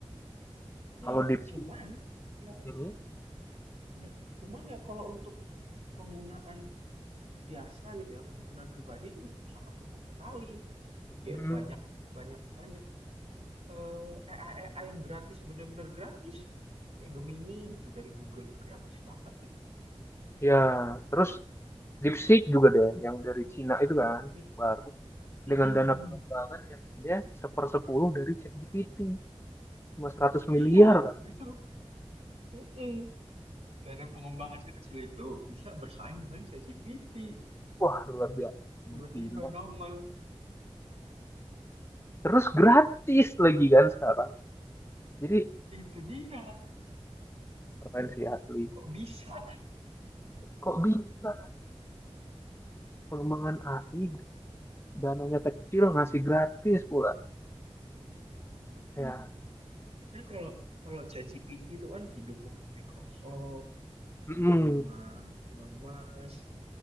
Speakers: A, on the right; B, on the left.
A: Ya,
B: kalau DeepSeek
A: cuman ya
B: mm
A: Ya, cuman ya kalau untuk penggunaan biasa gitu ya, penggunaan pribadi itu sangat cukup sekali. Dia
B: hmm,
A: banyak banyak banyak eh, AI AI yang gratis benar-benar gratis. Kayak Gemini gitu dari Google gratis banget gitu.
B: ya terus DeepSeek juga deh yang dari Cina itu kan
A: Mm-
B: baru
A: mm-mm.
B: dengan dana pengembangan yang hanya sepersepuluh dari ChatGPT cuma 100 miliar
A: Iya,
B: kan
A: itu. Mm-mm. Dan pengembangan sekecil itu bisa bersaing dengan ChatGPT.
B: wah luar biasa Emang
A: Tiba-tiba
B: gila.
A: nongol.
B: terus gratis lagi kan sekarang jadi
A: Itu dia.
B: keren sih asli
A: Kok bisa?
B: kok bisa pengembangan AI dananya kecil ngasih gratis pula
A: <laughs>
B: ya
A: Kan kalau kalau ChatGPT itu kan didukung sama Microsoft,
B: mm
A: didukung sama Elon Musk.